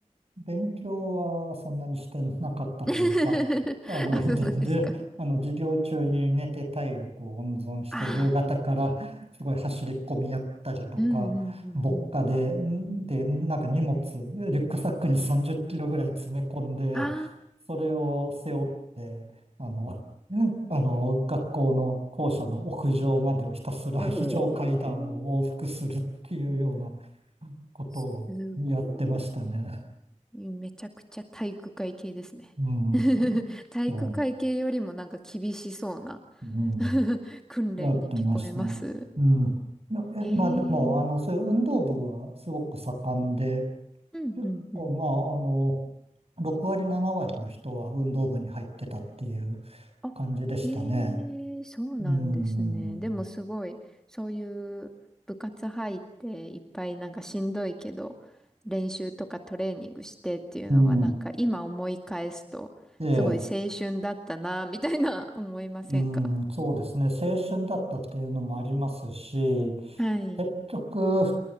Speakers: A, on the right; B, in the centre.
A: 勉強はそんなにしてなかったというか、
B: <laughs>
A: あの、
B: あ、
A: <laughs>
B: そうなんですか。
A: じで、あの、授業中に寝て体力を温存して、
B: ああ、
A: 夕方からすごい走り込みやったりとか、
B: うんうんうんうん。
A: 牧歌で、んで、なんか荷物、リュックサックに30キロぐらい詰め込んで、
B: あ
A: それを背負って、あの、うんあの、学校の校舎の屋上までをひたすら非常階段を往復するっていうような、
B: あ、おー、
A: ことをやってましたね。
B: すごい。めちゃくちゃ体育会系ですね。
A: うん。
B: <laughs> 体育会系よりもなんか厳しそうな
A: そう、うん。
B: <laughs> 訓練に聞こえます。
A: やってました。うん。やえ、
B: ええ
A: まあでも、あの、そういう運動部はすごく盛んで、
B: うんうんうん。
A: 結構、まあ、あの、6割、7割の人は運動部に入ってたっていう
B: あへえ、
A: 感じでしたね。
B: そうなんですね。
A: うん。
B: でもすごい、そういう部活入っていっぱいなんかしんどいけど、練習とかトレーニングしてっていうのはなんか今思い返すと、
A: うん。ええ。
B: すごい青春だったな、みたいな <laughs> 思いませんか
A: うん、そうですね。青春だったっていうのもありますし、
B: はい。
A: 結局、